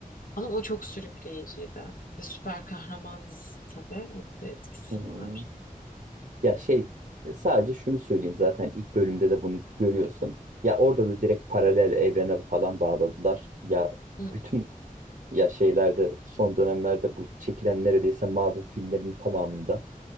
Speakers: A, on the left; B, on the right.
A: Ama o çok sürükleyiciydi. Bir de süper kahraman dizisi tabii. Onun da etkisi
B: hı.
A: var.
B: Ya şey e, sadece şunu söyleyeyim zaten ilk bölümde de bunu görüyorsun. Ya orada da direkt paralel evrene falan bağladılar. Ya
A: Hı.
B: bütün ya şeylerde son dönemlerde bu çekilen neredeyse Marvel filmlerinin tamamında